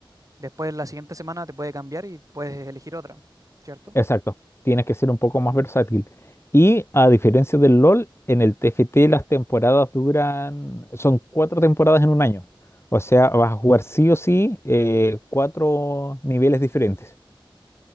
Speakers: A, on the right; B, on the left.
A: después la siguiente semana te puede cambiar y puedes elegir otra, ¿cierto?
B: Exacto, tienes que ser un poco más versátil. Y a diferencia del LOL, en el TFT las temporadas duran, son cuatro temporadas en un año. O sea, vas a jugar sí o sí eh, cuatro niveles diferentes,